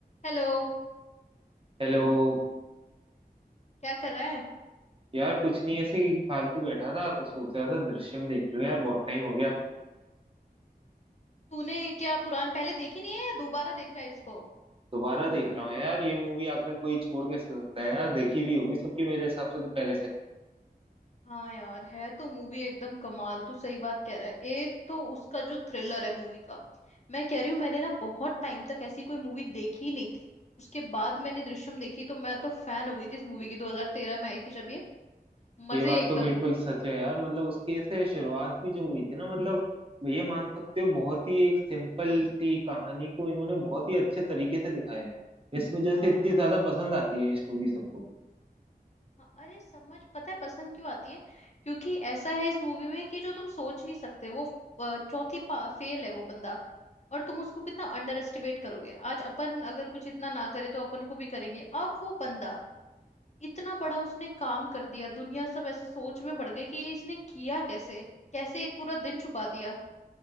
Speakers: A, on the left; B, on the right.
A: Hello
B: Hello
A: क्या कर रहा है
B: यार कुछ नहीं ऐसे ही फालतू बैठा था तो सोच रहा था दृश्यम देख लूं यार बहुत टाइम हो गया
A: तूने क्या पुरान पहले देखी नहीं है या दोबारा देख रहा है इसको
B: दोबारा देख रहा हूँ यार ये मूवी आखिर कोई छोड़ कैसे सकता है यार देखी भी होगी सबकी मेरे हिसाब से तो पहले से
A: हाँ यार है तो मूवी एकदम कमाल तू सही बात कह रहा है एक तो उसका जो थ्रिलर है मूवी का मैं कह रही हूँ मैंने ना बहुत टाइम तक ऐसी कोई मूवी देखी ही नहीं थी उसके बाद मैंने दृश्यम देखी तो मैं तो फैन हो गई थी इस मूवी की 2013 में आई थी जब ये मजे
B: ये बात
A: एकदम
B: तो बिल्कुल सच है यार मतलब उसकी ऐसे शुरुआत भी जो हुई थी ना मतलब ये मान सकते हो बहुत ही एक सिंपल
A: हम्म
B: सी कहानी को इन्होंने बहुत ही अच्छे तरीके से दिखाया है इस वजह
A: हाँ
B: से इतनी ज्यादा पसंद आती है ये मूवी सबको
A: हाँ, अरे समझ पता है पसंद क्यों आती है क्योंकि ऐसा है इस मूवी में कि जो तुम सोच नहीं सकते वो अ, चौथी फेल है वो बंदा और तुम उसको कितना अंडर एस्टिमेट करोगे आज अपन अगर कुछ इतना ना करे तो अपन को भी करेंगे अब वो बंदा इतना बड़ा उसने काम कर दिया दुनिया सब ऐसे सोच में बढ़ गई कि ये इसने किया कैसे कैसे एक पूरा दिन छुपा दिया